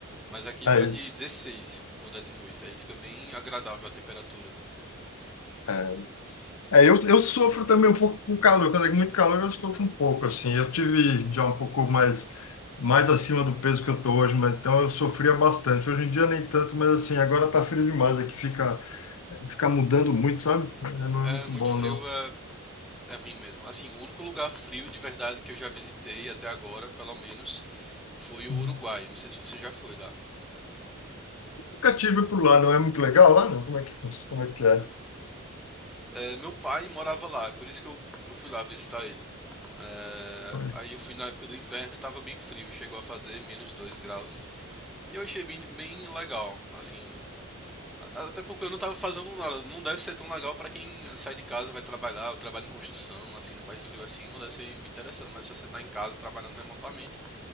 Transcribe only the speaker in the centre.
Mas aqui
bate
16 quando é de noite, aí fica bem agradável a temperatura.
É
muito
frio,
é, é ruim mesmo. Assim, o único lugar frio de verdade que eu já visitei até agora, pelo menos, foi o
Uruguai. Não sei se você já foi lá.
É, meu pai morava lá, é por isso que eu, eu fui lá visitar ele. É,
aí eu fui na época do inverno e tava bem frio, chegou a fazer menos 2 graus. E eu achei bem, bem legal, assim, Até porque eu não tava fazendo nada. Não deve ser tão legal pra quem sai de casa, vai trabalhar, ou trabalha em construção, assim, no país frio assim, não deve ser muito interessante. Mas se você tá em casa trabalhando remotamente,